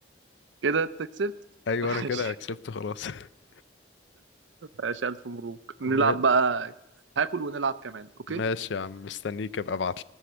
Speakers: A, on the right (about 70°); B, on the left (about 70°).
A: كده أنت كسبت
B: ايوه
A: <laughs> ماشي
B: انا كده كسبت خلاص <laughs>
A: ماشي ألف مبروك نلعب
B: ما-
A: بقى هاكل ونلعب كمان أوكي؟
B: ماشي يا عم مستنيك ابقى ابعت